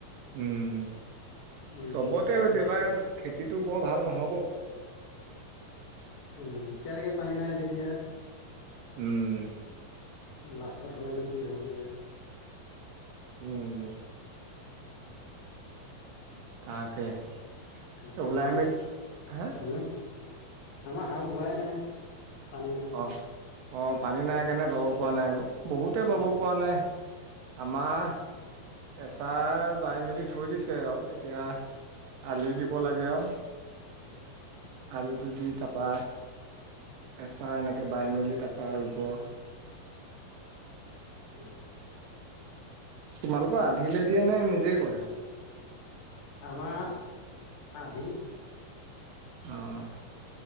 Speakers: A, on the right (about 75°); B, on the left (about 80°).
A: উম,
B: ৰুব
A: চবতে
B: পৰা
A: হৈছে।
B: অৱস্থা
A: এইবাৰ
B: নাই
A: খেতিটো বৰ ভাল নহ'ব।
B: উম, এতিয়ালৈকে পানী নাই যেতিয়া।
A: উম।
B: লাষ্টত হ'লেনো কি হ'বগৈ আৰু।
A: উম। তাকে।
B: তাকে
A: ত' ওলাই-মেলি,
B: আমাৰ
A: হা?
B: হম আমাৰ হাল বোৱাই নাই, পানী নাই।
A: অহ। অ', পানী নাই কাৰণে বৱাব পৰা নাই আকৌ। বহুতে
B: উম
A: বাৱব পৰা নাই। আমাৰ এচাৰ বাই মেলি থৈ দিছে আৰু এতিয়া আলি দিব লাগে আৰু। আলিটো দি তাৰপা এচাৰ এনেকৈ বাই মেলি তাৰপৰা ৰু'ব।
B: উম।
A: তোমালোকৰ আধিলে দিয়ে নে, নিজেই কৰে?
B: আমাৰ আধি।
A: অ',